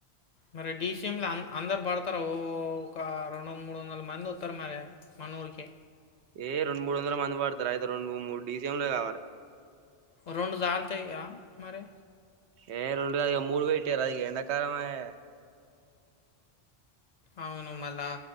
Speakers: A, on the left (about 55°); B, on the right (about 85°).
A: మరి డీసీఎం ల అందరు పడతారు ఓ ఒక రెండు వందల మూడు వందల మంది వస్తారు మరి మన ఊరికి
B: ఏ రెండు మూడు వందల మంది పడతారు అయితే రెండు మూడు మూడు డిీసీఎంలే కావాలే
A: రొండు సాల్తాయి గా మరి
B: ఏ రెండు కాదు మూడు పెట్టియ్యారాదు ఇగ ఎండాకాలం అయే
A: అవును మళ్ళా